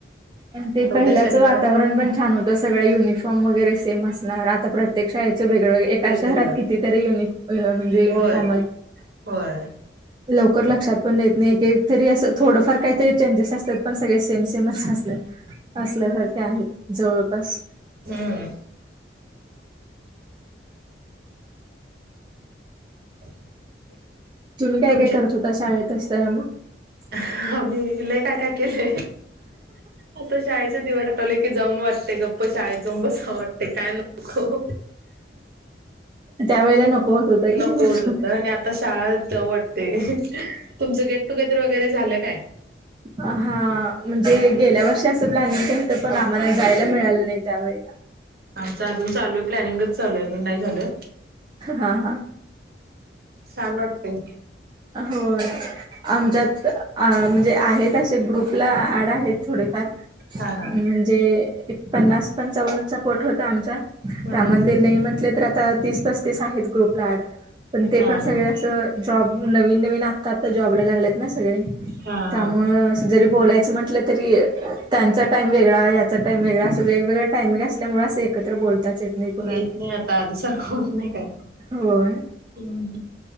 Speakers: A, on the right; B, on the right.
A: आणि ते
B: आता
A: पहिल्याचं
B: उद्या शनिवार
A: वातावरण पण छान होत. तो सगळळा युनिफॉर्म वगैरे सेम असणार आता प्रत्यक्ष वेग वगळे एका
B: वेगवेगळं
A: शहरात कितीतरी युन म्हणजे युनिफॉर्मल
B: होय होय
A: लवकर लक्षात पण देत नाही, एक एक तरी असं थोडंफार काहीतरी चेंजेस असतात पण सगळे सेम सेमच असतात. असल्यासारखे आहेत जवळपास
B: हम्म <inaudible>
A: तुम्ही काय
B: तुमची
A: काय करत होता, शाळेत असताना मग?
B: आ्ही लय काय काय केलंय, आता शाळेचे दिवस आठवले की जाऊन वाटते गप्प शाळेेत तंबच आवडते काय नको,
A: त्यावेेळेला नको होत होत की
B: नको
A: नाही मला.
B: होत होत आणि आता शाळा जाऊ वटते, तुमच गेट टुगेदर वगैरे झालं काय.
A: अ हा. म्हणजे गेल्या वर्षी असं प्लॅनिंगणत पण आम्हाला जायला मिळालं नाही त्यावेळेला.
B: आमच अजून चालू आहे प्लॅनिंगच चालू आहे, अजून नाही झालं,
A: हा हा
B: छान वाटतेय.
A: हो आमच्यात म्हणजे आहेत. ते ग्रुपला आड आहेत थोडेफार
B: हा हा
A: म्हणजे, एक पन्नास पंचावन्नचा पट होता आमचा
B: हम्म
A: त्यामध्ये
B: हम्म
A: नाही म्हटले तर आ तर तीस पस्तीस आहेत ग्रुप ऍड पण ते
B: हा
A: पण सगळे
B: हा
A: असं जॉब नवीन नवीन आत्ता आत्ता जॉबला लागल्यात ना सगळे
B: हा
A: त्यामुळ
B: हा
A: असं हा जरी बोलायचं म्हटलं, तरी त्यांचा टाइम वेगळा याचा टाइम वेगळा, वेगवेगळ टायमिंग असल्यामुळे असं एकत्र बोलताच येत नाही कुणाला.
B: येत नाही आता आधी सारखं होत नाही काय
A: होय!
B: हम्म.